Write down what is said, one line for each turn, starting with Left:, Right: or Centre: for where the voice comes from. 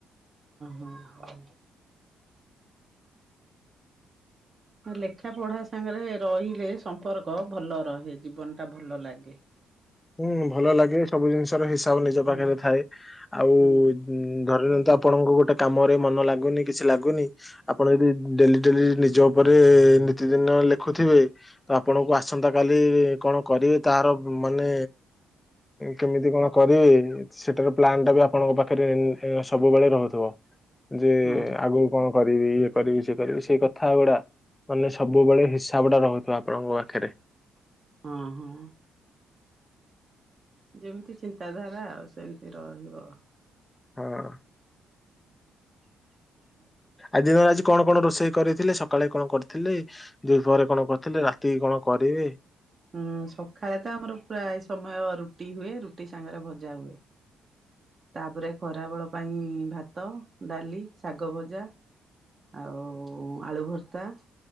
Right: ହୁଁ ହୁଁ। ଲେଖା ପଢା ସାଙ୍ଗରେ ରହିଲେ ସମ୍ପର୍କ ଭଲ ରହେ ଜୀବନ ଟା ଭଲ ଲାଗେ।
Left: ହୁଁ ଭଲ ଲାଗେ ସବୁ ଜିନିଷ ର ହିସାବ ନିଜ
Right: ହଁ
Left: ପାଖରେ ଥାଏ ଆଉ
Right: ହଁ
Left: ଧରି ନିଅନ୍ତୁ ଆପଣଙ୍କୁ ଗୋଟେ କାମରେ ମନ ଲାଗୁନି କିଛି ଲାଗୁନି ଆପଣ ଯଦି ଡେଲି ଡେଲି ନିଜ ଉପରେ ନିତିଦିନ ଲେଖୁଥିବେ ତ ଆପଣଙ୍କୁ ଆସନ୍ତା କାଲି କଣ କରିବେ ତାର ମାନେ କେମିତି କଣ କରିବି ସେଟାର ପ୍ଲାନ ଟା ବି ଆପଣଙ୍କ ପାଖରେ ସବୁବେଳେ ରହୁଥିବ ଯେ
Right: ହଁ
Left: ଆଗକୁ କଣ କରିବି ଇଏ କରିବି ସିଏ କରିବି ସେଇ କଥା ଗୁଡା ମାନେ ସବୁବେଳେ ହିସାବ ଟା ରହୁଥିବା ଆପଣଙ୍କ ପାଖରେ।
Right: ଅହଂ ହଁ। ଯେମିତି ଚିନ୍ତାଧାରା ଆଉ ସେମିତି ରହିବ।
Left: ହଁ।
Right: ଆ <inaudible>
Left: ଆଜି ଦିନ ଆଜି କଣ କଣ ରୋଷେଇ କରିଥିଲେ ସକାଳେ କଣ କରିଥିଲେ? ଦି ପହରେ କଣ କରିଥିଲେ ରାତି କଣ କରିବେ?
Right: ହୁଁ ସକାଳେ ତ ଆମର ପ୍ରାୟ ସମୟ ରୁଟି ହୁଏ ରୁଟି ସାଙ୍ଗରେ ଭଜା ହୁଏ। ତାପରେ ଖରାବେଳ ପାଇଁ ଭାତ ଡାଲି ଶାଗ ଭଜା ଆଉ ଆଳୁ ଭର୍ତ୍ତା